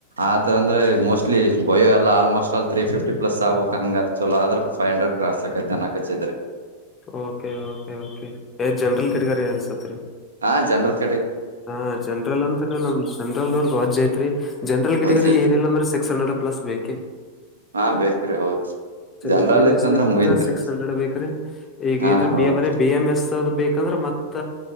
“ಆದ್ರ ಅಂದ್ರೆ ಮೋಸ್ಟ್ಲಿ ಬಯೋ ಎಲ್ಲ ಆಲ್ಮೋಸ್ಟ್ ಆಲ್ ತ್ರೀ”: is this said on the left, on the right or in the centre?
Right